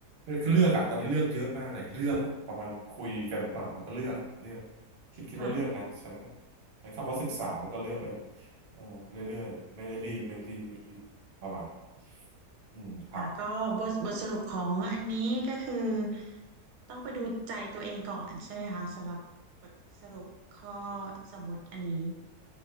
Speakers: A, on the right (about 45°); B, on the right (about 85°).
A: คือเลือกอ่ะตอนนี้เลือกเยอะมากเลยเลือกอ่ะประมาณคุยกันก่อนแล้วก็เลือกอ่ะเลือกคิดคิดว่าเลือกนะใช่
B: ค่ะ
A: ใช้คำว่าศึกษาแล้วก็เลือกไปเออเรื่อยๆไม่ได้รีบไม่รีบไม่รีบประมาณนั้นอืมครับ
B: ค่ะก็บทบทสรุปของอันนี้ก็คือต้องไปดูใจตัวเองก่อนใช่ไหมคะสำหรับบทสรุปข้อสมมติอันนี้